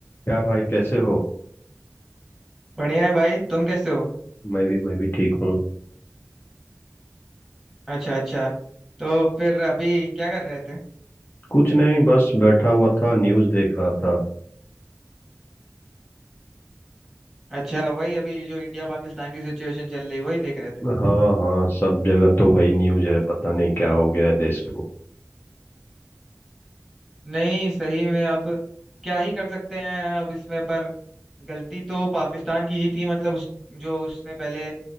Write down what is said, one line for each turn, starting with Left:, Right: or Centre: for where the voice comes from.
Left: क्या भाई कैसे हो
Centre: बढ़िया है भाई तुम कैसे हो
Left: मैं भी मैं भी ठीक हूँ
Centre: अच्छा अच्छा तो फिर अभी क्या कर रहे थे
Left: कुछ नहीं बस बैठा हुआ था न्यूज़ देख रहा था
Centre: अच्छा वही अभी जो इंडिया पाकिस्तान की सिचुएशन चल रही वही देख रहे थे
Left: हाँ हाँ सब जगह तो वही न्यूज़ है पता नहीं क्या हो गया है देश को
Centre: नहीं सही में अब क्या ही कर सकते हैं अब इसमें पर गलती तो पाकिस्तान की ही थी मतलब उस जो उसने पहले